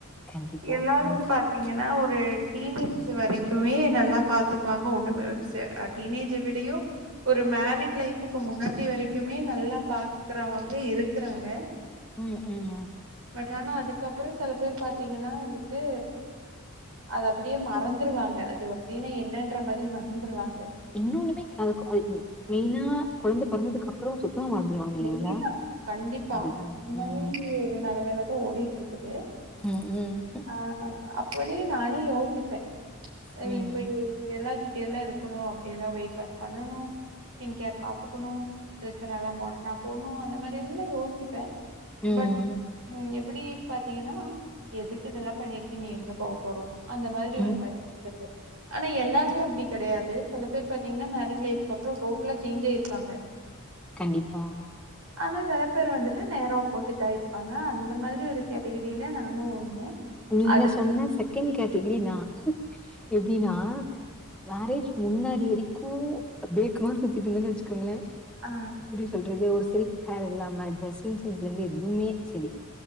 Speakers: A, in the centre; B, on the right.
A: கண்டிப்பா
B: எல்லாரு
A: ம்
B: பாத்தீங்கன்னா ஒரு சீமன்ஸ் வரைக்கு மே நல்லா பாத்துக்குவாங்க ஒண்ணுமே செ டீனேஜ விடயு ஒரு மேரிட் லைஃப்க்கு முன்னாடி வரைக்குமே நல்லா பாக்குறவங்க இருக்கிறாங்க
A: ம் ம்
B: பட் ஆனா அதுக்கப்றோ செல பேர் பாத்தீங்கன்னா வந்துட்டு அத அப்டியே மறந்துருவாங்க அது அப்டின்னா என்னன்ற மாரி மறந்துருவாங்க
A: இன்னொன்னுமே <unintelligible> அ மெயினா கொழந்த பொறந்ததுக்கப்புறோ சுத்தமா மறந்துருவாங்க இல்லைங்களா
B: வெளனா கண்டிப்பா
A: அதுதா
B: அந்த மாதிரி
A: ம்
B: ஒரு நிலமைல தா ஓடிட்டுருக்குது
A: ம் ம் ம்
B: ஆ அப்டி நானே யோசிப்பே அத
A: ம்
B: இப்ப யோசி அப்டியெல்லா இப்டியெல்லா இருக்கணு அப்டியெல்லா வெயிட் லாஸ் பண்ணணு ஸ்கின் கேர் பாத்துக்கணு டிரெஸ் நல்லா மாத் நா போட்ணு அந்த மாதிரி எல்லா யோசிப்பே
A: ம்
B: பட் ம் எப்டி பாத்தீங்கன்னா எதுக்கு இதெல்லா பண்ணிட்டு இனி எங்க போக போறோ அந்த மாதிரி
A: ம்
B: ஒரு மயிண்ட் வந்துருது ஆனா எல்லாருமே அப்டி கெடையாது சில பேர் பாத்தீங்கன்னா மேரேஜ் லைஃபுக்கு அப்பறோ டோட்டலா சேஞ்ச் ஆயிருப்பாங்க
A: கண்டிப்பா
B: ஆனா செல பேர் வந்துட்டு நேர ஆப்போசிட் ஆயி ருப்பாங்க அந்த மாதிரி ஒரு கேட்டகிரில நானு ஒண்ணு
A: நீங்க
B: அது
A: சொன்ன செகண்ட் கேட்டகரி நா எப்டின்னா மேரேஜ் முன்னாடி வரைக்கு பேக்குமாறி சுத்திட்டு இருந்தேன்னு வச்சுக்கோங்களே
B: ஆ
A: சொல்றது ஒரு செல்ஃப் ஹேர் இல்லாம டிரெஸ்ஸிங் சென்ஸ்ல இருந்து எதுவுமே செரி